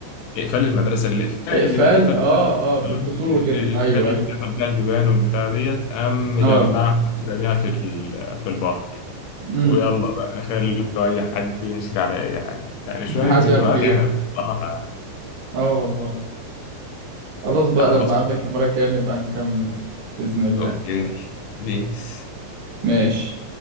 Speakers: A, on the left; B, on the right.
A: إقفال المدرسة الإقفال
B: إقفال
A: اللي بيتقفل
B: اه
A: بقى-
B: اه بالفصول
A: الإقفال
B: وكده أيوه
A: اللي
B: أيوه
A: بيتقفل بقى البيبان والبتاع ديت قام مجمعها
B: اه
A: رميها في ال- في البحر
B: امم
A: ويلا بقى خلوا أي حد يمسك على أي حاجة يعني
B: <laughs>
A: شوية
B: محدش
A: ذكريات
B: عارف يجيبه
A: عنب بصراحة يعني.
B: اه والله خلاص بقى
A: يا عم
B: لما
A: خلصنا
B: أقابلك المرة الجاية نبقى نكمل بإذن الله
A: أوكي بيس
B: ماشي